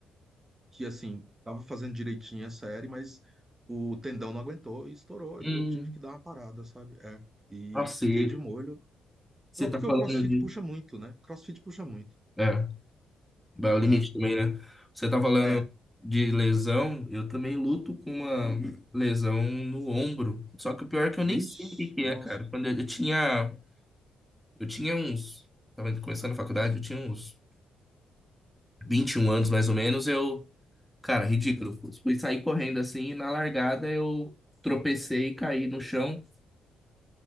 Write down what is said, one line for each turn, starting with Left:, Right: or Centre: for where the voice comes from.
Right: que, assim, tava fazendo direitinho a série, mas o tendão não aguentou e estourou,
Centre: Hum,
Right: e eu tive que dar uma parada, sabe? É. E
Centre: ah, sei.
Right: fiquei de molho.
Centre: Você
Right: Cro-
Centre: tá
Right: Porque
Centre: falando
Right: o CrossFit
Centre: de.
Right: puxa muito, né? CrossFit puxa muito,
Centre: É, vai ao limite
Right: né?
Centre: também, né? Você tá falando
Right: É.
Centre: de lesão, eu também luto com uma lesão no ombro. Só que o pior é que eu nem
Right: Vixe,
Centre: sei o que que
Right: nossa.
Centre: é, cara. Quando eu, eu tinha. Eu tinha uns. Tava começando a faculdade, eu tinha uns 21 anos mais ou menos. Eu. Cara, ridículo. Fui sair correndo assim, e na largada eu tropecei e caí no chão.